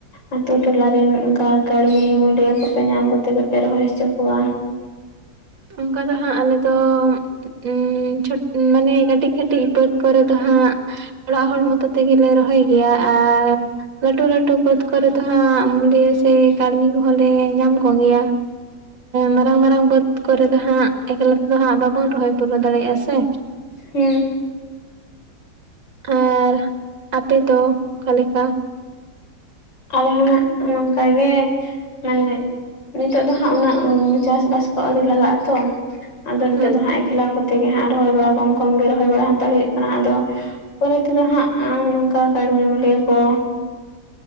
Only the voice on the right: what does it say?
ᱚᱱᱠᱟ ᱫᱚ ᱦᱟᱸᱜ ᱟᱞᱮᱫᱚ ᱩᱸᱢ ᱢᱟᱱᱮ ᱠᱟᱹᱴᱤᱡ ᱠᱟᱹᱴᱤᱡ ᱵᱟᱹᱫᱽ ᱠᱚᱨᱮ ᱫᱚ ᱦᱟᱸᱜ ᱚᱲᱟᱜ ᱦᱚᱲ ᱢᱚᱛᱚ ᱛᱮ ᱜᱮ ᱞᱮ ᱨᱚᱦᱚᱭ ᱜᱮᱭᱟ ᱟᱨ ᱞᱟᱹᱴᱩ ᱞᱟᱹᱴᱩ ᱵᱟᱹᱫᱽ ᱠᱚᱨᱮ ᱫᱚ ᱦᱟᱸᱜ ᱢᱩᱫᱮ ᱥᱮ ᱠᱟᱹᱲᱢᱤ ᱠᱚ ᱦᱚᱸ ᱞᱮ ᱧᱟᱢ ᱠᱚᱜᱮᱭᱟ ᱢᱟᱨᱟᱝ ᱢᱟᱨᱟᱝ ᱵᱟᱹᱫᱽ ᱠᱚᱨᱮ ᱫᱚ ᱦᱟᱸᱜ ᱮᱠᱞᱟ ᱛᱮ ᱫᱚ ᱦᱟᱸᱜ ᱵᱟᱵᱚᱱ ᱨᱚᱦᱚᱭ ᱯᱩᱨᱟᱹᱣ ᱫᱟᱲᱮᱭᱟᱜᱼᱟ ᱥᱮ
ᱟᱨ ᱟᱯᱮ ᱫᱚ ᱚᱠᱟ ᱞᱮᱠᱟ
ᱦᱩᱸ